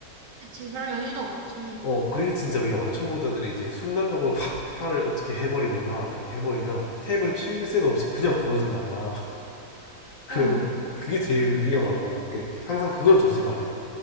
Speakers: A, on the right; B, on the left.
A: 그치, 그런 여유도 없지.
B: 어, 그게 진짜 위험하죠. 초보자들이 이제 순간적으로 확 팔을 어떻게 해버리거나 이렇게 해버리면 탭을 칠 새도 없이 그냥 부러진다는 거야. <laughs> 그래서
A: 어,
B: 그게 제일 위험하고 그 항상 그걸 조심하래.